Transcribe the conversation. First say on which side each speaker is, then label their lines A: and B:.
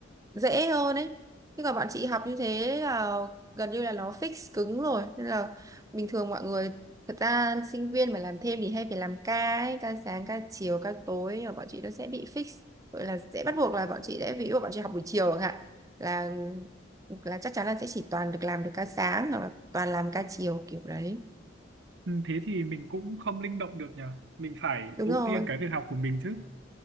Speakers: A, on the right (about 15°); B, on the right (about 60°).
A: dễ hơn ấy nhưng mà bọn chị học như thế là gần như là nó fix cứng rồi nên là bình thường mọi người thật ra sinh viên mà làm thêm thì hay phải làm ca ấy ca sáng ca chiều ca tối nhưng mà bọn chị nó sẽ bị fix gọi là sẽ bắt buộc là bọn chị sẽ ví dụ bọn chị học buổi chiều chẳng hạn là là chắc chắn là sẽ chỉ toàn được làm được ca sáng hoặc là toàn làm ca chiều kiểu đấy
B: Ừ, thế thì mình cũng không linh động được nhờ. Mình phải
A: đúng
B: ưu
A: rồi
B: tiên cái việc học của mình chứ.